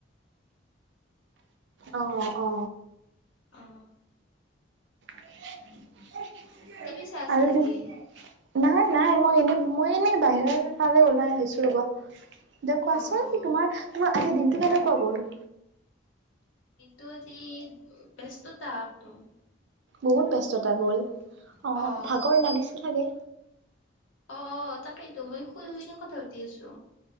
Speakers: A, on the right; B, on the left.
A: অ অ।
B: অ
A: <unintelligible>
B: টি বি চাচ
A: আৰু
B: নেকি?
A: কি নাই নাই মই এনেই মই এনেই বাহিৰৰ ফালে ওলাই আহিছো ৰব দে কোৱাচোন,
B: অ', অ'।
A: তোমাৰ তোমাৰ আজি দিনটো কেনেকুৱা গ'ল?
B: কিন্তু আজি ব্যস্ততা একদম
A: বহুত ব্যস্ততা গ'ল, অ'
B: অ'
A: ভাগৰ লাগিছে চাগে,
B: অ অ' তাকেইেতো মই শুই শুই ন কথা পাতি আছো।